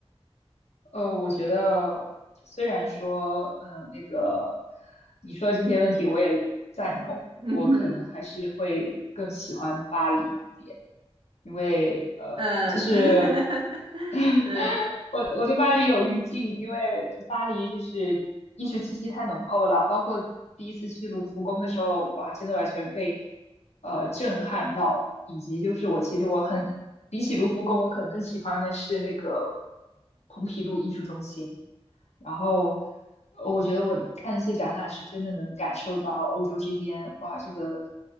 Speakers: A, on the left (about 80°); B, on the right (about 50°).
A: 呃，我觉得虽然说，嗯、那个你说的这些问题我也赞同，
B: 嗯嗯
A: 我可能还是会更喜欢巴黎一点，因为呃，
B: 嗯，
A: 就是。
B: 呃，<laughs>
A: <laughs>
B: 对，
A: 我我对巴黎有滤镜，因为巴黎就是艺术气息太浓厚了，包括第一次去卢浮宫的时候，哇，真的完全被呃震撼到，以及就是我其实我很比起卢浮宫，我可能更喜欢的是那个蓬皮杜艺术中心。然后呃我觉得我看那些展览是真的能感受到欧洲这边，哇，这个